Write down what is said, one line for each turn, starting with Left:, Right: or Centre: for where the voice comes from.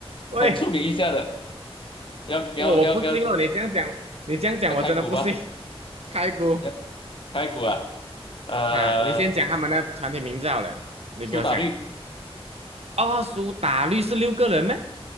Right: 喂，
Left: 很出名一下的，要要要要
Right: 我我不信哦，你这样讲，你这样讲我真的不信。
Left: 要开鼓吗？
Right: 开估
Left: 要开鼓啊，呃，
Right: 啊，你先讲他们的团体名字好了，你给我想。
Left: 苏打绿
Right: 哦，苏打绿是六个人咩？